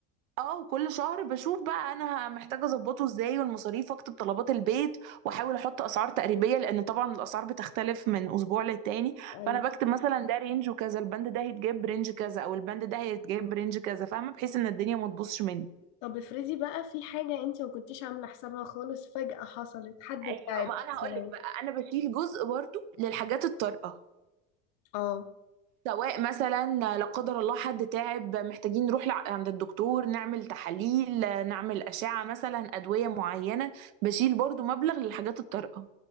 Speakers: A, on the right; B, on the left.
A: اه وكل شهر بشوف بقى انا ه- محتاجه اظبطه ازاي والمصاريف واكتب طلبات البيت واحاول احط اسعار تقريبيه لان طبعا الاسعار بتختلف من اسبوع للتاني
B: ايوه
A: فانا بكتب مثلا ده رينج وكذا البند ده هيتجاب رينج كذا او البند ده هيتجاب رينج كذا فاهمه بحيث ان الدنيا ما تبوظش مني
B: طب افرضي بقى في حاجة انت ما كنتيش عاملة حسابها خالص فجأة حصلت حد
A: ايوه
B: تعب
A: ما انا
B: مثلا
A: هقول لك بقى انا بشيل جزء برضو للحاجات الطارئه
B: اه
A: سواء مثلا لا قدر الله حد تعب محتاجين نروح لع- عند الدكتور نعمل تحاليل نعمل اشعه مثلا ادويه معينه بشيل برضو مبلغ للحاجات الطارئه